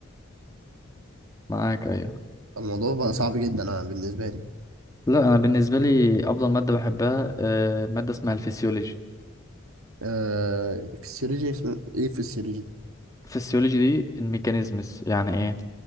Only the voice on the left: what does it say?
معاك ايوه
لا انا بالنسبه لي افضل ماده بحبها آه، ماده اسمها الفسيولوجي
الفسيولوجي دي الميكانيزمز يعني ايه يعني